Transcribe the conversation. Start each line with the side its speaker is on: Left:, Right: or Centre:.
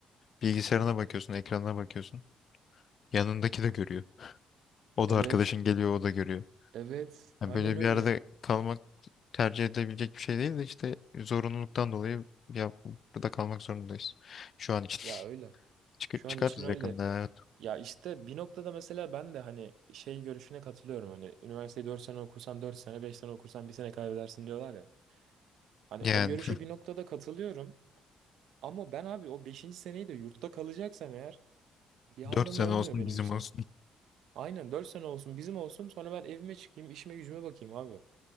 Left: Bilgisayarına bakıyorsun, ekranına bakıyorsun. Yanındaki de görüyor. O
Right: Evet,
Left: da arkadaşın geliyor, o da görüyor.
Right: evet,
Left: Yani
Right: aynen
Left: böyle
Right: öyle.
Left: bir yerde kalmak tercih edebilecek bir şey değil de işte zorunluluktan dolayı ya burada kalmak zorundayız. Şu an için.
Right: Ya öyle.
Left: Çık
Right: Şu
Left: çıkarız
Right: an için öyle.
Left: yakında evet.
Right: Ya işte bir noktada mesela ben de hani şey görüşüne katılıyorum. Hani üniversiteyi 4 sene okursan 4 sene, 5 sene okursan bir sene kaybedersin diyorlar ya. Hani
Left: Yani
Right: o görüşe bir noktada katılıyorum. Ama ben abi o beşinci seneyi de yurtta kalacaksam eğer
Left: <laughs>
Right: bir
Left: dört
Right: anlamı
Left: sene
Right: olmuyor
Left: olsun
Right: benim
Left: bizim
Right: için.
Left: olsun.
Right: Aynen 4 sene olsun bizim olsun sonra ben evime çıkayım işime gücüme bakayım abi.